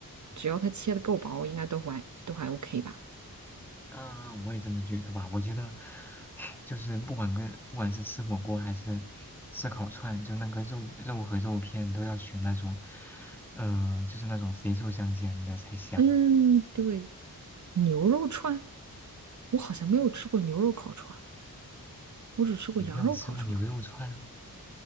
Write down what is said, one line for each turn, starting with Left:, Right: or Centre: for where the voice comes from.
Right: 只要它切的够薄，应该都还都还 OK 吧。
Centre: 啊，我也这么觉得吧。我觉得就是不管跟不管是吃火锅还是吃烤串，就那个肉肉和肉片都要选那种，呃，就是那种肥瘦相间的才香。
Right: 嗯，对，牛肉串，我好像没有吃过牛肉烤串儿，我只吃过羊肉烤串儿。
Centre: 你没有吃过牛肉串？